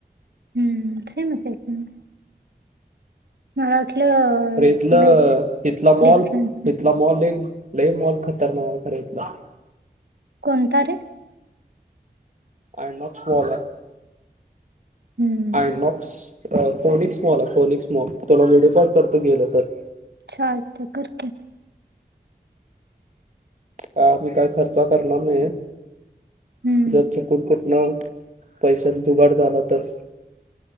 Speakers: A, on the right; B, on the right.
A: हम्म, हाय ना स्वस्थ मग. मला वाटलं
B: तर इथलं
A: लईच
B: हितला मॉल
A: डिफरन्स आहे
B: हितला मॉल लई, लई मॉल खतरनाक हाय खरं हितला.
A: कोणता रे?
B: आयनॉक्स मॉल हाय.
A: हम्म
B: आयनॉक्स अं फोनिकस मॉल हाय फोनिकस मॉल, तुला व्हिडिओ कॉल करतो गेलो तर
A: चालतय कर की.
B: काय आम्ही काय खर्चा करणार नाहीे,
A: हम्म
B: जर कुठं कुठनं पैशाचा जुगाड झाला तर